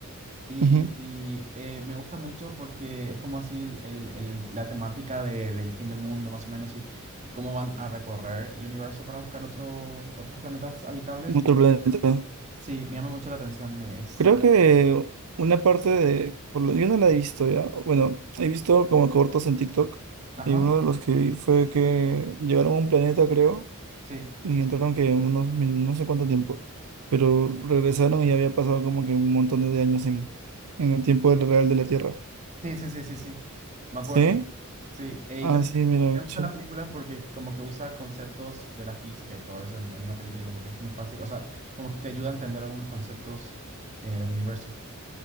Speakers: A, on the right; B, on the right.
A: Y
B: Ujú.
A: eh, me gusta mucho porque es como así el- el- el- la temática de- del fin del mundo, más o menos, y, y cómo van a recorrer el universo para buscar otro, otros planetas habitables.
B: Otro
A: como-
B: planeta.
A: Sí, me llama mucho la atención. Es...
B: Creo que una parte de, por lo- yo no la he visto ya, bueno, he visto como cortos en TikTok
A: Ajá,
B: y uno de los que vi fue que llegaron a un planeta, creo,
A: sí.
B: y entraron que unos, min- no sé cuánto tiempo, pero regresaron y ya había pasado como que un montón de años en, en el tiempo del real de la Tierra.
A: Sí, sí, sí, sí, sí. Me acuerdo.
B: ¿Sí?
A: Sí, eh,
B: Ah,
A: y también
B: sí, mira,
A: me gusta
B: che,
A: la película porque como que usa conceptos de la física y todo eso en, en una película y como que es muy fácil, o sea, como que te ayuda a entender algunos conceptos eh, del universo.